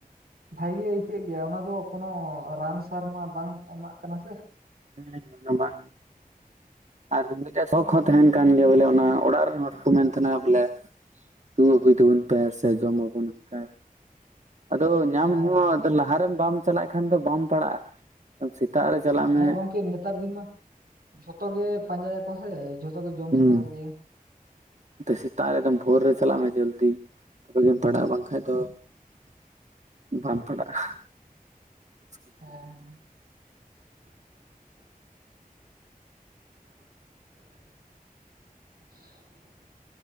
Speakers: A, on the right; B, on the right.
A: ᱵᱷᱟᱹᱜᱤ ᱜᱮ ᱟᱹᱭᱠᱟᱹᱜ ᱜᱮᱭᱟ ᱚᱱᱟ ᱫᱚ ᱠᱚᱱᱳ ᱨᱟᱱ ᱥᱟᱨ ᱢᱟ ᱵᱟᱝ ᱮᱢᱟᱜ ᱠᱟᱱᱟ ᱥᱮ᱾
B: ᱦᱮᱸ ᱮᱠᱫᱚᱢ ᱵᱟᱝ ᱾ ᱟᱨ ᱢᱤᱫᱴᱮᱡ ᱥᱚᱠ ᱦᱚᱸ ᱛᱟᱦᱮᱱ ᱠᱟᱱ ᱜᱮᱭᱟ ᱵᱚᱞᱮ ᱚᱱᱟ ᱚᱲᱟᱜ ᱨᱮᱱ ᱦᱚᱲᱠᱚ ᱢᱮᱱ ᱛᱟᱦᱮᱱᱟ ᱵᱚᱞᱮ ᱫᱩ ᱟᱹᱜᱩᱭ ᱛᱟᱵᱚᱱ ᱯᱮ ᱥᱮ ᱡᱚᱢ ᱟᱵᱩᱱ ᱦᱮ ᱾ ᱟᱫᱚ ᱧᱟᱢ
A: ᱦᱮᱸ
B: ᱦᱚᱸ
A: ᱦᱮᱸ
B: ᱟᱫᱚ ᱞᱟᱦᱟᱨᱮ ᱵᱟᱢ ᱪᱟᱞᱟᱜ ᱠᱷᱟᱱ ᱫᱚ ᱵᱟᱢ ᱯᱟᱲᱟᱜ-ᱟ᱾ ᱥᱮᱛᱟᱜ ᱨᱮ ᱪᱟᱞᱟᱜ
A: ᱦᱮᱸ
B: ᱢᱮ᱾
A: ᱜᱚᱝᱠᱮ ᱱᱮᱛᱟᱨ ᱫᱤᱱ ᱢᱟ <inaudible> ᱡᱷᱚᱛᱚ ᱜᱮ ᱯᱟᱸᱡᱟᱭᱟᱠᱚ ᱥᱮ ᱡᱷᱚᱛᱚ ᱜᱮ ᱡᱚᱢ
B: ᱦᱩᱸ
A: ᱥᱟᱱᱟ ᱠᱚᱜᱮᱭᱟ᱾
B: ᱥᱮᱛᱟᱜ ᱨᱮ ᱮᱠᱫᱚᱢ ᱵᱷᱳᱨ ᱨᱮ ᱪᱟᱞᱟᱜ ᱢᱮ ᱡᱚᱞᱫᱤ᱾ ᱛᱚᱵᱮ ᱜᱮᱢ ᱯᱟᱲᱟᱜ-ᱟ ᱵᱟᱝᱠᱷᱟᱱ ᱫᱚ <inaudible> ᱵᱟᱢ ᱯᱟᱲᱟᱜ-ᱟ᱾ <inaudible>
A: ᱦᱮᱸ ᱦᱮᱸ᱾ <inaudible> <inaudible>